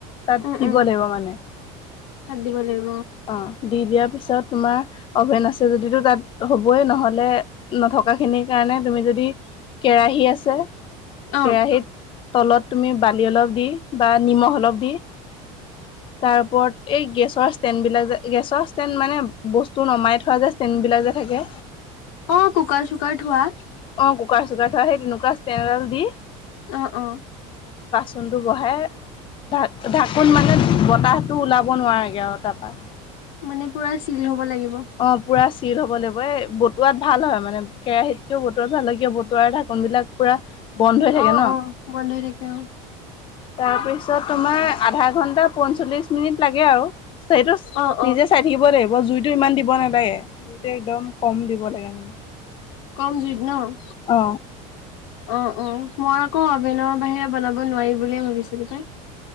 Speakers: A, on the left (about 30°); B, on the left (about 80°).
A: তাত
B: উম
A: দিব
B: উম
A: লাগিব মানে।
B: তাত দিব লাগিব
A: অ' দি দিয়া পিছত তোমাৰ অভেন আছে যদি তো তাত হ'বয়ে নহলে, নথকাখিনিৰ কাৰণে তুমি যদি দি কেৰাহী আছে
B: অ অ
A: কেৰাহীত তলত তুমি বালি অলপ দি বা নিমখ অলপ দি তাৰ ওপৰত এই গেছৰ ষ্টেণ্ডবিলাক যে, গেছৰ ষ্টেণ্ড মানে বস্তু নমাই থোৱা যে ষ্টেণ্ডবিলাক যে থাকে
B: অ' কুকাৰ-চুকাৰ থোৱা
A: অ' কুকাৰ-চুকাৰ থোৱা সেই তেনেকুৱা ষ্টেন এডাল দি
B: অ' - অ'।
A: চনটো বহাই ভাট- ঢাকোন মানে বতাহটো ওলাব নোৱাৰাকে আৰু তাৰপৰা।
B: মানে পুৰা ছিল হ'ব লাগি
A: অ' পুৰা ছি টিল হব লাগিব। এই বতুৱাত ভাল হয়, মানে কেৰাহীতকেও বতুৱাত ভাল হয়। কিয় বতুৱাৰ ঢাকনবিলাক পুৰা বন্ধ হৈ থাকে
B: অ'
A: ন
B: - অ', বন্ধ হৈ থাকে অ'।
A: তাৰপিছত তোমাৰ আধা ঘন্টা,। পঞ্চল্লিশ মিনিট লাগে আৰু সেইটোছ
B: অ অ
A: নিজে চাই থাকিব লাগিব। জুইটো ইমান দি দিব নালাগে। জুইটো একদম কম দিব লাগে মানে।
B: কম জুইত ন'?
A: অ
B: অ' - অ' মই আকৌ অভেনৰ বাহিৰে বনাব নোৱাৰি বুলিয়ে ভাবিছিলোঁ পাই।